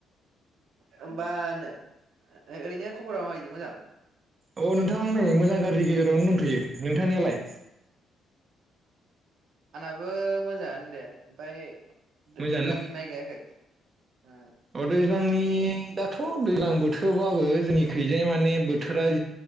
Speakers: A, on the right (about 75°); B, on the right (about 35°).
A: होमबानो ओरैनो खबरा माबायदि मोजां?
B: औ नोंथां नै मोजां गारिनि गेजेरावनो दंथ'यो नोंथांनियालाय
A: आंनाबो मोजाङानो दे ।ओमफ्राय दैज्लांनि
B: मोजाङानो
A: माइ गायाखै? ओ
B: अ दैज्लांनि दाथ' दैलां बोथोरबाबो जोंनि खैजाय माने बोथोराबाय